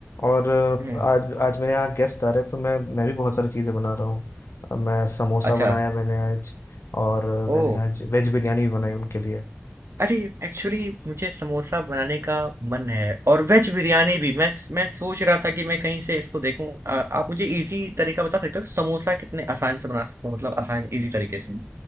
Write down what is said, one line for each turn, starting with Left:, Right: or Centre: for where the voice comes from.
Left: और अ,
Right: हम्म
Left: आज आज मेरे यहाँ गेस्ट आ रहे हैं तो मैं मैं भी बहुत सारी चीज़ें बना रहा हूँ अ, मैं समोसा
Right: अच्छा
Left: बनाया मैंने आज और अ,
Right: ओ
Left: मैंने आज वेज बिरयानी भी बनाई उनके लिए
Right: अरे एक्चुअली मुझे समोसा बनाने का मन है और वेज बिरयानी भी मैं मैं सोच रहा था कि मैं कहीं से इसको देखूं आ, आप मुझे इजी तरीका बता सकते हो कि समोसा कितने आसान से बना सकूं मतलब आसान इजी तरीके से